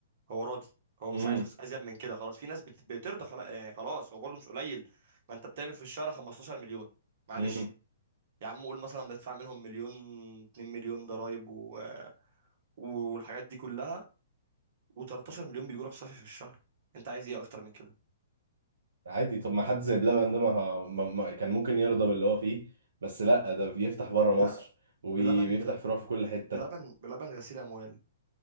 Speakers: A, on the right; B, on the right.
A: هو راضي هو
B: امم
A: مش عايز أفس- ازيد من كده خلاص في ناس بت- بترضى خلا- يعني خلاص هو برضه مش قليل ما انت بتعمل في الشهر 15 مليون معلش
B: امم.
A: يا عم قول مثلا بدفع منهم مليون 2 مليون ضرايب و... والحاجات دي كلها و13 مليون بيجوا لك صافي في الشهر انت عايز ايه اكتر من كده
B: عادي طب ما حد زي بلبن ده ما, ه- ما, ما كان ممكن يرضى باللي هو فيه بس لا ده بيفتح بره
A: لا
B: مصر وبيفتح
A: بلبن بل...
B: فروع في كل حتة
A: بلبن بلبن غسيل اموال